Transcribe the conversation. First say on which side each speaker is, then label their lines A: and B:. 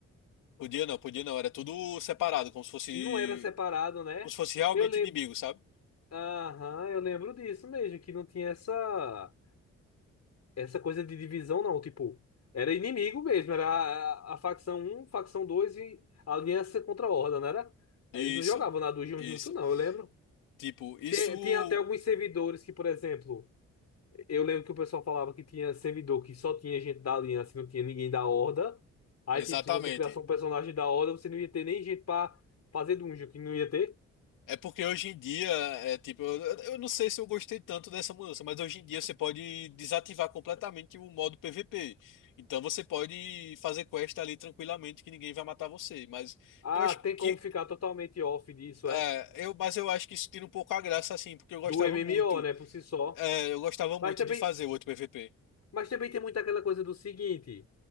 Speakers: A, on the left; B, on the left.
A: Podia não, podia não. Era tudo separado, como se fosse,
B: Não era separado, né?
A: como se fosse realmente
B: Eu lembro,
A: inimigo, sabe?
B: aham, eu lembro disso mesmo, que não tinha essa essa coisa de divisão não, tipo, era inimigo mesmo, era a, a facção um facção 2 e a aliança contra a Horda, não era? Aí
A: Isso,
B: eles não jogavam na Dungeon
A: isso.
B: junto não, eu lembro.
A: Tipo, isso.
B: Tem, tinha até alguns servidores que, por exemplo, Eu lembro que o pessoal falava que tinha servidor que só tinha gente da aliança, e não tinha ninguém da horda. Aí,
A: Exatamente.
B: tipo, se você criasse um personagem da horda, você não ia ter nem gente pra fazer dungeon, que não ia ter.
A: É porque hoje em dia, é tipo, eu, eu não sei se eu gostei tanto dessa mudança, mas hoje em dia você pode desativar completamente o modo PVP. Então você pode fazer quest ali tranquilamente que ninguém vai matar você. Mas
B: Ah,
A: eu acho
B: tem
A: que.
B: como ficar totalmente off disso,
A: É,
B: é.
A: eu, mas eu acho que isso tira um pouco a graça, assim, porque eu gostava
B: Do MMO,
A: muito.
B: né, por si só.
A: É, eu gostava muito
B: Mas também,
A: de fazer o outro PVP.
B: mas também tem muito aquela coisa do seguinte,